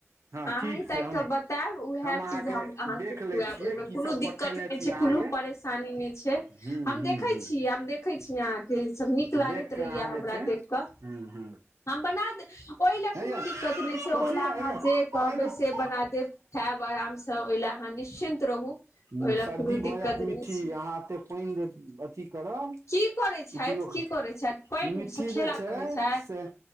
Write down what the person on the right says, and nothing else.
हँ
ठीक छै
हम
अहाँके
देख
लै छियै
की
सब
पठेने
छी
अहाँके
ह्म
ह्म
ह्म
देख
कऽ अहाँ जे
छै
ह्म
ह्म
हे
यौ
कोसी
ने
एहिमे
एहिमे
हूँ
सर्दी
भऽ
जायत मिट्ठी
अहाँ एतेक पानि अथी करब।
उपयोग
मिट्ठी
जे छै
से।